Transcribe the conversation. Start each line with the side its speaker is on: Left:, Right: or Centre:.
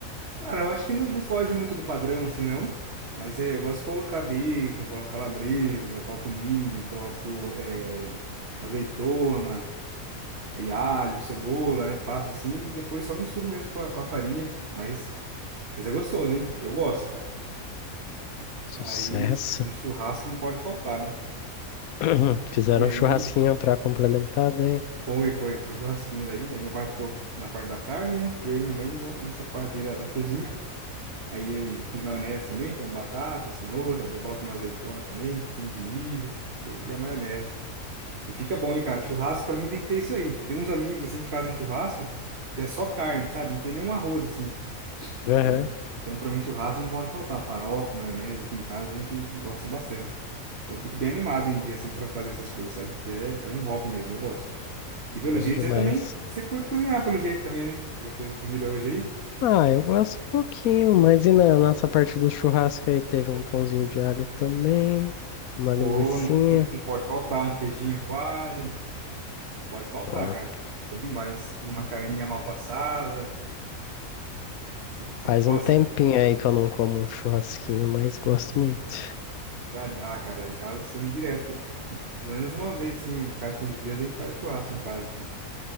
Right: Cara, eu acho que não, não foge muito do padrão, assim, não. Mas é, eu gosto de colocar bacon, coloco calabresa, coloco milho, coloco é, azeitona, aí alho, cebola, né? Faço assim e depois só misturo mesmo com a, com a farinha. Mas, mas é gostoso, hein? Eu gosto, cara.
Left: Sucesso.
Right: Aí no churrasco não pode faltar, né?
Left: <clears throat> Fizeram
Right: E aí
Left: um churrasquinho pra complementar daí.
Right: foi, foi, foi um churrasquinho daí. Aí meu pai ficou na parte da carne, né? E eu e minha mãe na- nessa parte aí da, da cozinha. Aí fiz maionese também, então batata, cenoura, daí coloco uma azeitona também, um pouquinho de milho e, e a maionese. E fica bom, hein, cara? Churrasco pra mim tem que ter isso aí. Tem uns amigos assim que fazem churrasco que é só carne, sabe? Não tem nenhum arroz assim.
Left: Aham,
Right: Então, então para mim, churrasco não pode faltar. Farofa, maionese, aqui em casa a gente gosta bastante. Então, eu fico bem animado em dia, assim, para fazer essas coisas, sabe? Que é, é um hobby mesmo, eu gosto. E pelo
Left: bom
Right: jeito,
Left: demais.
Right: você também, você curte cozinhar, pelo jeito também, né? Pela coisa comida hoje aí.
Left: Ah, eu gosto um pouquinho, mas e na nossa parte do churrasco aí teve um pãozinho de alho também, uma
Right: Ou
Left: linguicinha.
Right: não, não pode faltar um queijinho palha. Pode faltar,
Left: Ó,
Right: cara. Bom demais. Uma carninha mal passada. Você você
Left: faz
Right: gosta
Left: um tempinho
Right: de...
Left: aí que eu não como um churrasquinho, mas gosto muito.
Right: Ah, ah, cara, em casa, assim, direto. Pelo menos uma vez, sim. A cada 15 dias a gente faz churrasco em casa aqui.